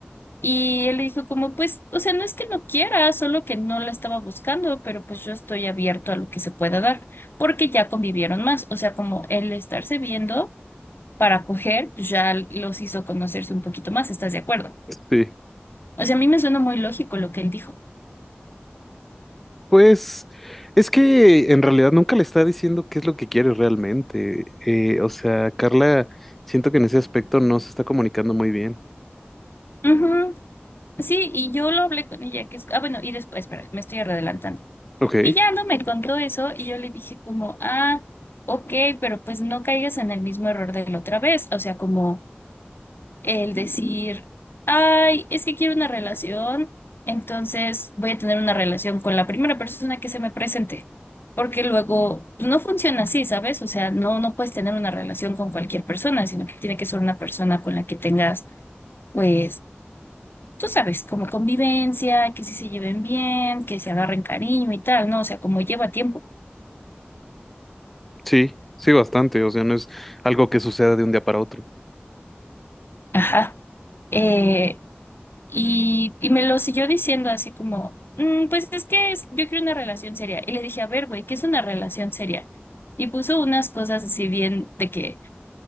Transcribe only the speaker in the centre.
Sí.
Pues es que en realidad nunca le está diciendo qué es lo que quiere realmente. Eh, o sea, Carla, siento que en ese aspecto no se está comunicando muy bien.
Ok,
sí, sí, bastante. O sea, no es algo que suceda de un día para otro.